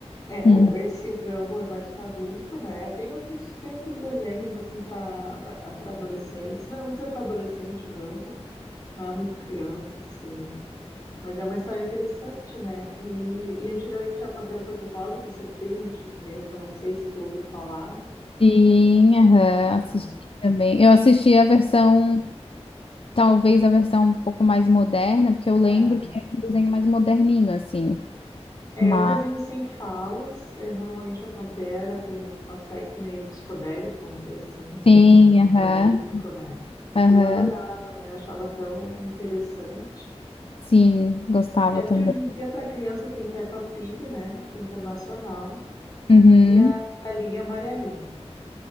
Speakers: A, on the left; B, on the left.
A: É,
B: Hum.
A: o- esse o Gumball é mais para adulto, né? Tem outros, tem outros desenhos assim para para adolescentes. Não, eu vou dizer para adolescente o Gumball, não é muito criança assim, mas é uma história interessante, né? E, e antigamente tinha a Pantera Cor-de-Rosa, que isso é bem antigo mesmo, não sei se tu ouviu falar.
B: Sim, aham,
A: Aham,
B: assisti também. Eu assisti a versão, talvez a versão um pouco mais moderna, porque eu lembro
A: aham.
B: que era um desenho mais moderninho, assim.
A: É
B: Mas
A: é um desenho sem falas. é, normalmente a pantera tem um aspecto meio psicodélico, vamos dizer assim, né?
B: sim,
A: Meio
B: aham,
A: onírico, né?
B: aham,
A: E eu adorava, né? Achava tão interessante.
B: sim, gostava
A: É porque
B: também.
A: hoje em dia, para criança, tem Peppa Pig, né? Que é internacional,
B: Uhum.
A: e a Galinha Amarelinha,